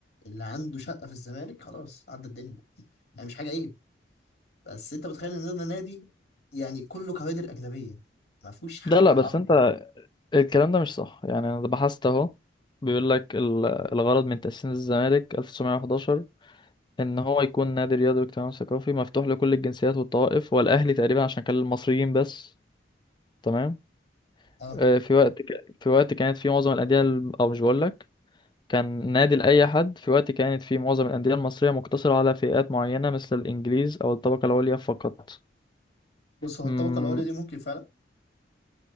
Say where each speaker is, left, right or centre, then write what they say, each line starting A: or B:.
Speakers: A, on the left; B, on the left.
A: اللي عنده شقة في الزمالك خلاص عدى الدنيا يعني مش حاجة عيب بس انت متخيل ان ده نادي يعني كله كوادر اجنبيه ما فيهوش حد
B: لا لا
A: عربي
B: بس انت الكلام ده مش صح يعني انا بحثت اهو بيقول لك ال- الغرض من تأسيس الزمالك 1911 ان هو يكون نادي رياضي واجتماعي وثقافي مفتوح لكل الجنسيات والطوائف والاهلي تقريبا عشان كان للمصريين بس تمام
A: اه
B: آه، في وقت ك- في وقت كانت في معظم الانديه الم- او مش بقول لك كان نادي لأي حد في وقت كانت فيه معظم الأندية المصرية مقتصرة على فئات معينة مثل الإنجليز أو الطبقة العليا فقط
A: بص هو
B: مم،
A: الطبقه الاولى دي ممكن فعلا